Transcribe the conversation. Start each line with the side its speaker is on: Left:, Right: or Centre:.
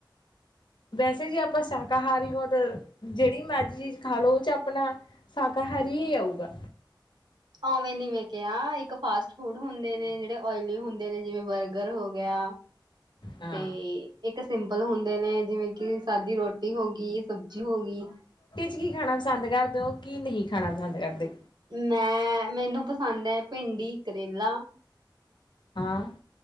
Left: ਵੈਸੇ ਜੇ ਆਪਾਂ ਸ਼ਾਕਾਹਾਰੀ ਹਾ ਤਾਂ ਜਿਹੜੀ ਮਰਜ਼ੀ ਚੀਜ਼ ਖਾ ਲਓ ਉਹ ਚ ਆਪਣਾ ਸ਼ਾਕਾਹਾਰੀ ਹੀ ਆਊਗਾ
Right: ਔਵੇਂ ਨੀ ਮੈਂ ਕਿਹਾ ਇੱਕ ਫਾਸਟ ਫੂਡ ਹੁੰਦੇ ਨੇ ਜਿਹੜੇ ਓਇਲੀ ਹੁੰਦੇ ਨੇ ਜਿਵੇਂ ਬਰਗਰ ਹੋ ਗਿਆ
Left: ਹਾਂ
Right: ਤੇ ਇੱਕ ਸਿੰਪਲ ਹੁੰਦੇ ਨੇ ਜਿਵੇਂ ਕਿ ਸਾਦੀ ਰੋਟੀ ਹੋ ਗਈ ਸਬਜ਼ੀ ਹੋ ਗਈ
Left: ਤੁਸੀ ਕੀ ਖਾਣਾ ਪਸੰਦ ਕਰਦੇ ਹੋ ਕੀ ਨਹੀਂ ਖਾਣਾ ਪਸੰਦ ਕਰਦੇ
Right: ਮੈਂ ਮੈਨੂੰ ਪਸੰਦ ਹੈ ਭਿੰਡੀ, ਕਰੇਲਾ
Left: ਹਾਂ